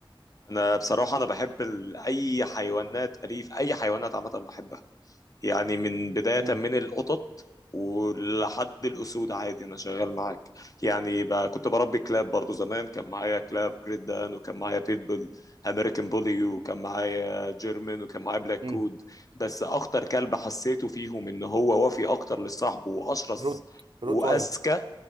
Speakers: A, on the left (about 40°); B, on the right (about 65°).
A: انا بصراحه انا بحب ال... اي حيوانات اليف اي حيوانات عامه بحبها يعني من بداية
B: مم.
A: من القطط ولحد الأسود عادي أنا شغال معاك يعني بقى كنت بربي كلاب برضو زمان كان معايا كلاب جريت دان وكان معايا بيتبول أمريكان بولي وكان معايا جيرمن وكان معايا بلاك
B: مم.
A: كود بس أخطر كلب حسيته فيهم إن هو وفي أكتر لصاحبه وأشرس
B: روت روت
A: وأذكى
B: وايل